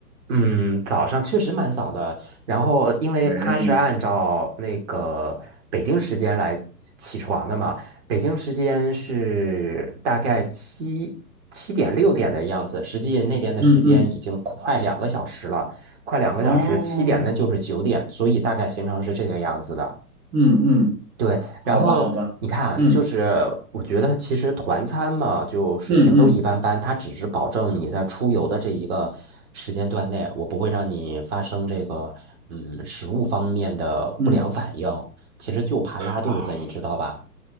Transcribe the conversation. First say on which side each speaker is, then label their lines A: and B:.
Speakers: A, on the right; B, on the right.
A: 嗯，早上确实蛮早的。然后，因为他是按照那个北京时间来起床的嘛，
B: 哎，
A: 北京时间是大概七七点六点的样子，实际那边的时间已经快两个小时了，
B: 嗯嗯，
A: 快两个小时，
B: 哦，
A: 七点那就是九点，所以大概行程是这个样子的。
B: 嗯嗯，
A: 对，
B: 好吧好吧，
A: 然后你看，
B: 嗯
A: 就是我觉得其实团餐嘛，就水平都一般般，
B: 嗯嗯
A: 它只是保证你在出游的这一个时间段内，我不会让你发生这个嗯食物方面的不良反应，
B: 嗯。
A: 其实就怕拉肚子，
B: 啊。
A: 你知道吧？